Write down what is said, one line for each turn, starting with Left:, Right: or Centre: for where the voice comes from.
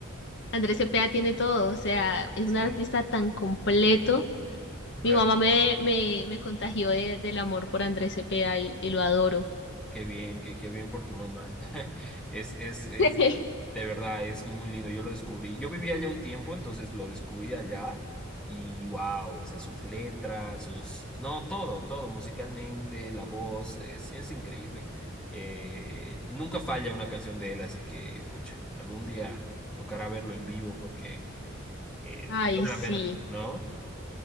Left: Andrés Cepeda tiene todo, o sea, es
Centre: sí,
Left: un artista tan completo.
Centre: realmente.
Left: Mi mamá me, me, me contagió de- del amor por Andrés Cepeda y, y lo adoro.
Centre: Qué bien, qué, qué bien por tu mamá. <laughs> Es, es, es,
Left: <laughs>
Centre: de verdad, es muy lindo. Yo lo descubrí. Yo vivía allá un tiempo, entonces lo descubrí allá. Y wow, o sea, sus letras, sus. No, todo, todo, musicalmente, la voz, es, es increíble. Eh, nunca falla una canción de él, así que, pucha, algún día tocará verlo en vivo porque eh,
Left: Ay,
Centre: vale
Left: sí.
Centre: la pena, ¿no?